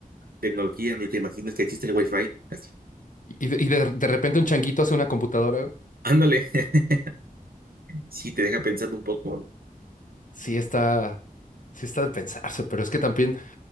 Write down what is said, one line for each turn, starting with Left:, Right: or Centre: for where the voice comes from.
Right: tecnología, ni te imaginas que existe el wifi. Así.
Left: Y, y de, y de- de repente un changuito hace una computadora. güey.
Right: Ándale. <laughs> Sí, te deja pensando un poco.
Left: Sí está, sí está de pensarse, pero es que también